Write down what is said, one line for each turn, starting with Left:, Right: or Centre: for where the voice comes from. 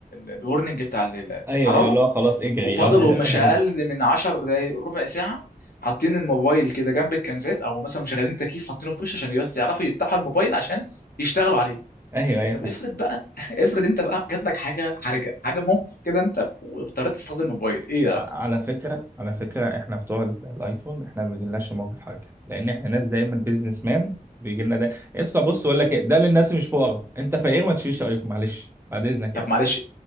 Left: الورنينج بتاع ال-
Right: ايوه
Left: الحراره
Right: ايوه اللي هو خلاص اجري
Left: وفضلوا
Right: لا
Left: مش
Right: يا
Left: اقل
Right: رب
Left: من 10 دقايق ربع ساعه حاطين الموبايل كده جنب الكنزات او مثلا مشغلين تكييف حاطينه في وش عشان بس يعرفوا يفتحوا الموبايل عشان يشتغلوا عليه
Right: ايوه ايوه
Left: طب
Right: فاهم.
Left: افرض بقى <laughs> افرض انت بقى جات لك حاجه حرجه حاجه موقف كده انت واضطريت تستخدم الموبايل ايه يا
Right: ع-
Left: راجل
Right: على فكره على فكره احنا بتوع ال- الايفون احنا ما بيجيلناش موقف حرجه لان احنا ناس دايما بيزنس مان بيجي لنا ده يا اسطى بص اقول لك ايه ده للناس مش فقراء انت فقير ما تشيلش ايفون معلش بعد اذنك
Left: طب
Right: يعني
Left: معلش